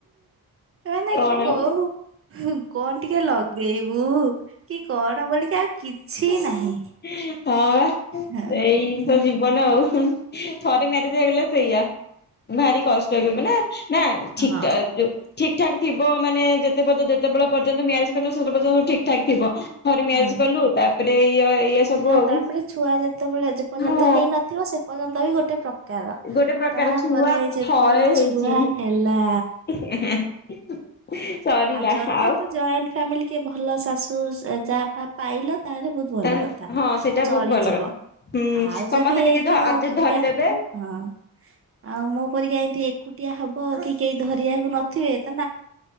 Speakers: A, on the right; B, on the left.
A: ମାନେ
B: କଣ।
A: କୋଉ କଣ ଟିକେ ଲଗେଇବୁ କି କଣ ବୋଲିକି ଆଉ କିଛି ନାହିଁ।
B: ହଁ ବା
A: ହଁ
B: ଏଇତ
A: ହଁ
B: ଜୀବନ ଆଉ। ଥରେ ମ୍ୟାରେଜ ହେଇଗଲେ ସେଇଆା ଭାରି କଷ୍ଟ କିନ୍ତୁ ନା ନା
A: ହଁ
B: ଠିକ ତା ଯୋଉ ଠିକ୍ ଠାକ୍ ଥିବ ମାନେ ଯେତେ ପର୍ଯ୍ୟ ଯେତେବେଳେ ପର୍ଯ୍ୟନ୍ତ ମ୍ୟାରେଜ କରନ ସେତ ପର୍ଯ୍ୟନ୍ତ ଠିକ୍। କ୍ ଠାକ ଥିବ ଥରେ ମ୍ୟାରେଜ୍
A: ହଁ।
B: କଲୁ ତାପରେ ଇଏ ଇଏ ସବୁ
A: ନା
B: ଆଉ
A: ତାପରେ ଛୁଆ ଯେତେବେଳେ ଯେ ପର୍ଯ୍ୟନ୍ତ
B: ମୁଁ
A: ହେଇନଥିବ ସେ ପର୍ଯ୍ୟନ୍ତ ବି ଗୋଟେ ପ୍ର କାର
B: ଗୋଟେ ପ୍ରକାର
A: ତାପରେ
B: ଛୁଆ
A: ଯେତେବେଳେ
B: ଥରେ ହେଇଛି
A: ଛୁଆ ହେଲା।
B: <inaudible> ସରିଲା
A: ଆ ଯଦି
B: ଆଉ
A: ତ ଜଏଣ୍ଟ ଫ୍ୟାମିଲି କେ ଭଲ ଶାଶୁ ଯା ଫା ପାଇଲ ତାହେଲେ ବହୁତ ଭଲ
B: ତାହେଲେ
A: କଥା
B: ହଁ ସେଇଟା
A: ଚଳିଯିବ।
B: ବହୁତ ଭଲ କଥା ହୁଁ
A: ଆଉ
B: ସମସ୍ତେ
A: ଯଦି
B: ଟିକେ
A: ଏମିତି ମୋ ପରୀକା
B: ଧରିଦେବେ
A: ହଁ। ଆଉ ମୋ ପରିକା ଏମତି ଏକୁଟିଆ ହବ କି କେହି ଧରିବାକୁ ନଥିବେ ତ